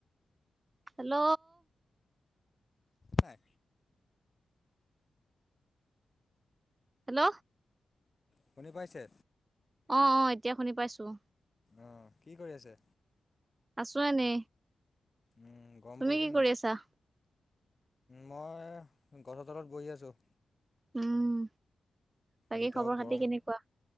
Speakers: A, on the right (about 25°); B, on the left (about 30°).
A: হেল্ল'?
B: হয়।
A: হেল্ল'?
B: শুনি পাইছে?
A: অ', অ', এতিয়া শুনি পাইছোঁ।
B: আহ কি কৰি আছে?
A: আছোঁ এনে।
B: উম গৰম
A: তুমি
B: পৰিছে
A: কি
B: নাই
A: কৰি আছা?
B: মই গছৰ তলত বহি আছোঁ।
A: উম। বাকী
B: ভিতৰত
A: খবৰ
B: গৰম
A: খাতি কেনেকুৱা?